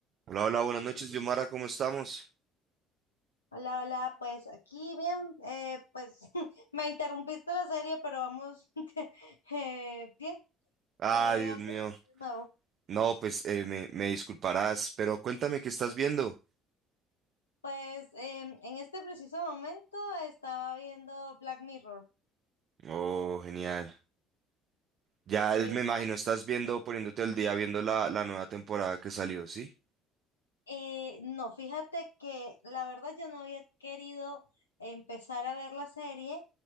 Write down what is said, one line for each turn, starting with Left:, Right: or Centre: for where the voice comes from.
Right: Hola, hola, buenas noches, Yomara, ¿cómo estamos?
Left: Hola, hola, pues aquí bien, eh, pues <laughs> me interrumpiste la serie, pero vamos <laughs> eh, bien,
Right: Ay,
Left: ¿qué
Right: Dios
Left: haces
Right: mío.
Left: de nuevo?
Right: No, pues eh, me, me disculparás, pero cuéntame qué estás viendo.
Left: Pues em, en este preciso momento estaba viendo Black Mirror,
Right: Oh, genial. Ya
Left: sí.
Right: me imagino, estás viendo, poniéndote el día, viendo la, la nueva temporada que salió, ¿sí?
Left: Eh, no, fíjate que la verdad yo no había querido empezar a ver la serie